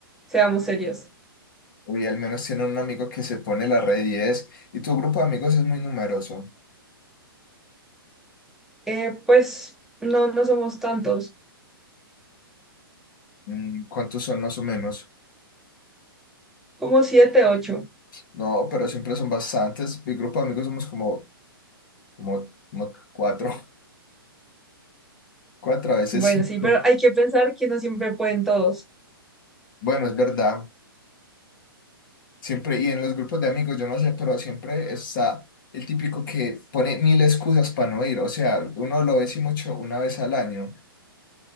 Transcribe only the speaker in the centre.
seamos serios.
Eh, pues no, no somos tantos,
como siete, ocho.
Bueno,
sí, pero hay que pensar que no siempre pueden todos.